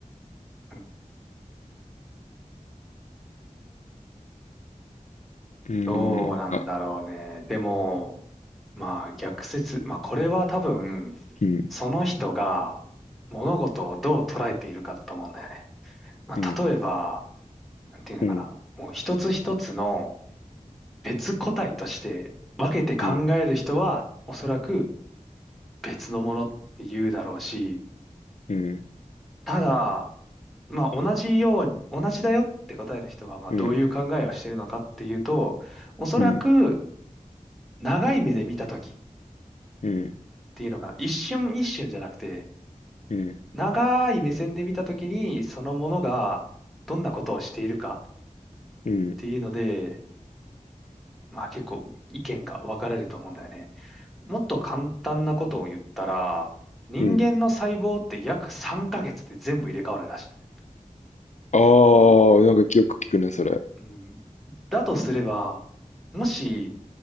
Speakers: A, in the centre; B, on the left.
A: うん
B: うーん、
A: どうなんだろうね。
B: なんか、
A: でも、まあ逆説。まあこれは多分、
B: うん、
A: その人が物事をどう捉えているかだと思うんだよね。まあ例えば、
B: うん、
A: なんていうのかな。
B: うん、
A: もう一つ一つの別個体として分けて考える人は、
B: うん、
A: おそらく別のものって言うだろうし、
B: うん、
A: ただ、まあ同じよう、同じだよって答える人は、まあどういう考えをしているのかっていうと、
B: うん、
A: おそらく
B: うん、うん、
A: 長い目で見たときっ
B: うん、
A: ていうのかな。一瞬一瞬じゃなくて、
B: うん、
A: 長い目線で見たときに、そのものがどんなことをしているかっ
B: うん、
A: ていうので、まあ結構意見が分かれると思うんだよね。もっと簡単なことを言ったら、人間の細胞って約3ヶ月で全部入れ替わるらしいんだよ。
B: うん。ああ、なんかよく聞くね、それ。
A: うんだとすれば、もし